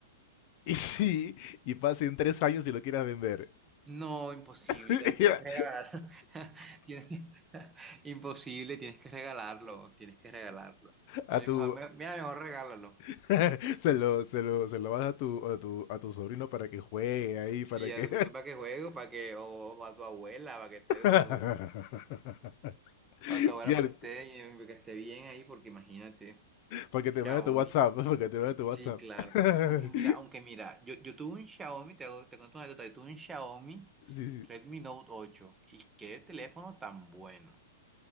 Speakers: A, on the left; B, on the right.
A: y, <laughs> y pasen tres años y lo quieras vender.
B: No, imposible,
A: <laughs>
B: tienes que regalarlo. <laughs> Tienes- <laughs> Imposible, tienes que regalarlo, tienes que regalarlo.
A: A
B: Tienes
A: tu,
B: mejor, me- mira, mejor regálalo.
A: <laughs> Se lo, se lo, se lo vas a tu, a tu, a tu sobrino para que juegue ahí, para
B: Sí,
A: que...
B: a tu sobrino para que juegue, para que, o, o a tu abuela, para que esté,
A: <laughs>
B: o a tu abuela
A: Cierto,
B: para que esté, eh, que esté bien ahí, porque imagínate,
A: para
B: un
A: que te
B: Xiaomi.
A: mande tu WhatsApp, <laughs> para que te mande tu WhatsApp.
B: Sí, claro.
A: <laughs>
B: Aunque mira, aunque mira, yo, yo tuve un Xiaomi, te, hago- te cuento una anécdota, yo tuve un Xiaomi
A: Sí, sí.
B: Redmi Note 8 y qué teléfono tan bueno.